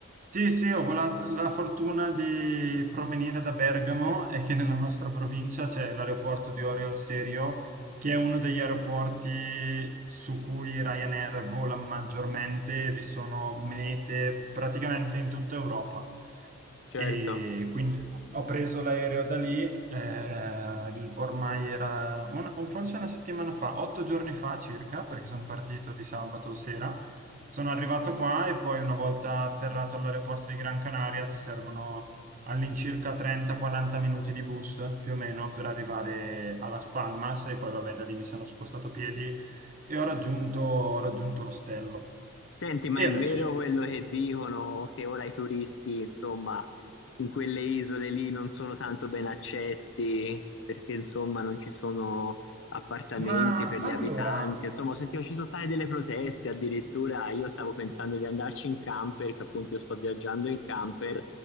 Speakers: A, on the right; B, on the left.
A: Sì, sì, ho vola- la fortuna di provenire da Bergamo e che nella nostra provincia c'è l'aeroporto di Orio al Serio che è uno degli aeroporti su cui Ryanair vola maggiormente, vi sono mete praticamente in tutta Europa.
B: Certo.
A: E quindi ho preso l'aereo da lì, eh, ormai era un- un- forse una settimana fa, otto giorni fa circa, perché sono partito di sabato sera. Sono arrivato qua e poi una volta atterrato all'aeroporto di Gran Canaria ti servono all'incirca 30-40 minuti di bus più o meno per arrivare a Las Palmas e poi vabbè da lì mi sono spostato a piedi e ho raggiunto, ho raggiunto l'ostello.
B: Senti, ma
A: E
B: è
A: adesso...
B: vero quello che dicono che ora i turisti, insomma, in quelle isole lì non sono tanto ben accetti perché, insomma, non ci sono appartamenti
A: Ma
B: per
A: allora,
B: gli abitanti. Insomma, ho sentito ci sono state delle proteste addirittura. Io stavo pensando di andarci in camper, che appunto io sto viaggiando in camper